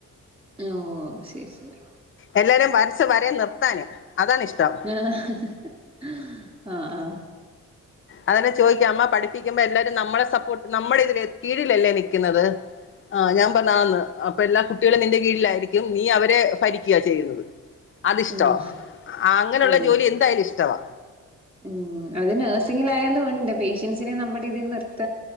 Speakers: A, on the right; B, on the left.
A: ഓ ശരി ശരി
B: എല്ലാരേം വരച്ച വരേ നിർത്താന്. അതാണ് ഇഷ്ടം
A: ആ ആ
B: അത്കാരണം ചോദിക്കും അമ്മ പഠിപ്പിക്കുമ്പോ എല്ലാരും നമ്മളെ സപ്പോർട്ട് നമ്മുടെ ഇതില് കീഴിലല്ലേ നിക്കുന്നത്. ആഹ് ഞാൻ പറഞ്ഞ് ആന്ന്. ഇപ്പ എല്ലാ കുട്ടികളും നിന്റെ കീഴിലായിരിക്കും നീ അവരെ ഭരിക്ക്യാ ചെയ്യുന്നത്. അത്ഷ്ടവാ
A: ഉം
B: അങ്ങനെയുള്ള
A: ഓ
B: ജോലി എന്തായാലും ഇഷ്ടവാ
A: ഉം അത് നഴ്സിങ്ങിലായാലും ഉണ്ട് പേഷ്യൻസിനെ നമ്മുടെ ഇതിൽ നിർത്ത